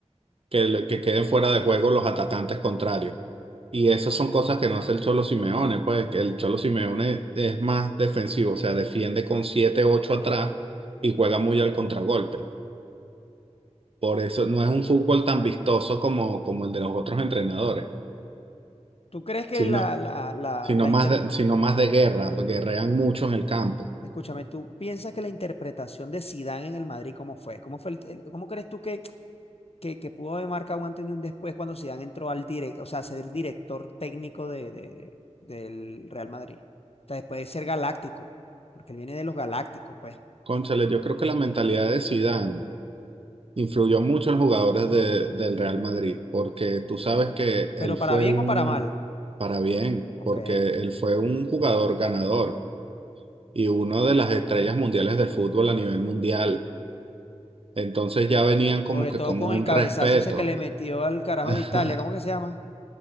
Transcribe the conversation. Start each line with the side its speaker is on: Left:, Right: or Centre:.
Right: que, le- que queden fuera de juego los atacantes contrarios. Y esas son cosas que no hace el Cholo Simeone, pues que el Cholo Simeone es más defensivo, o sea, defiende con siete ocho atrás y juega muy al contragolpe. Por eso no es un fútbol tan vistoso como, como el de los otros entrenadores.
Left: ¿Tú crees que
Right: sino
Left: la, la, la,
Right: sino
Left: la
Right: más
Left: inter-
Right: de, sino más de guerra, porque guerrean mucho en el campo.
Left: Escúchame, ¿tú piensas que la interpretación de Zidane en el Madrid cómo fue? ¿Cómo fue el- el- cómo crees tú que que, que pudo haber marcado un antes y un después cuando Zidane entró al direct, o sea, a ser director técnico de, de- de- del Real Madrid. O sea, después de ser galáctico, porque él viene de los galácticos, pues.
Right: Cónchale, yo creo que la mentalidad de Zidane influyó mucho en los jugadores de- del Real Madrid, porque tú sabes que él
Left: Pero
Right: fue
Left: para bien
Right: un,
Left: o para mal,
Right: para bien,
Left: ok.
Right: porque él fue un jugador ganador y una de las estrellas mundiales del fútbol a nivel mundial. Entonces ya venían como
Left: Sobre
Right: que
Left: todo
Right: con
Left: con
Right: un
Left: el cabezazo
Right: respeto
Left: ese que le metió al carajo
Right: <laughs>
Left: de Italia, ¿cómo que se llama?